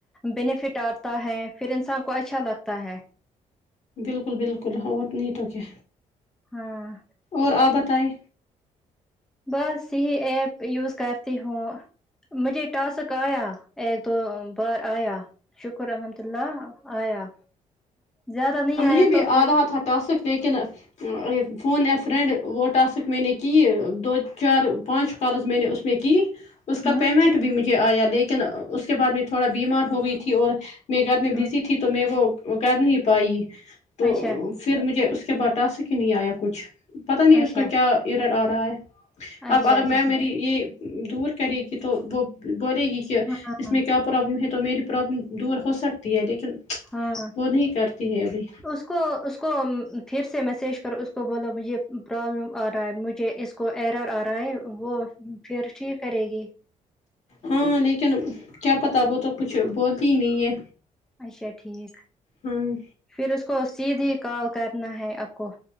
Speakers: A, in the centre; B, on the left (about 55°).
A: بینیفٹ اتا ہے پھر انسان کو اچھا لگتا ہے
B: بالکل بالکل ہاں اور نہیں تو کیا
A: ہاں
B: اور اپ بتائیں
A: بس یہی ایپ یوز کرتی ہوں مجھے ٹاسک ایا ایک دو بار ایا شکر الحمد اللہ ایا زیادہ نہیں
B: ہاں مجھے
A: ایا
B: بھی
A: تو
B: آ
A: پھر
B: رہا تھا ٹاسک لیکن اس فون یہ فرینڈ وہ ٹاسک میں نے کی دو چار پانچ کالز میں نے اس میں کہ اس کا
A: ہوں
B: پیمنٹ بھی مجھے ایا لیکن اس کے بعد میں تھوڑا بیمار ہو گئی تھی اور میں گھر میں
A: ہوں،
B: بزی تھی تو میں وہ کر نہیں پائی تو
A: اچھا
B: پھر مجھے اس کے بعد ٹاسک ہی نہیں ایا کچھ پتا نہیں اس
A: اچھا
B: کا کیا یورٹ ارہا ہے
A: اچھا
B: اب اگر
A: اچھا
B: میں میری
A: ٹھیک
B: یہ دور کرے گی تو وہ بولے گی کہ
A: ہاں
B: اس میں کیا پرابلم ہے تو میری پرابلم دور ہو سکتی ہے لیکن
A: ہاں
B: وہ نہیں کرتی ہے ابھی
A: اس کو اس کو پھر سے میسج کر اس کو بولو مجھے پرابلم ارہا ہے مجھے اس کو ایرر ارہا ہے وہ پھر ٹھیک کرے گی
B: ہاں لیکن کیا پتا وہ تو کچھ بولتی نہیں ہے
A: اچھا ٹھیک
B: ہاں
A: پھر اس کو سیدھی کال کرنا ہے اپ کو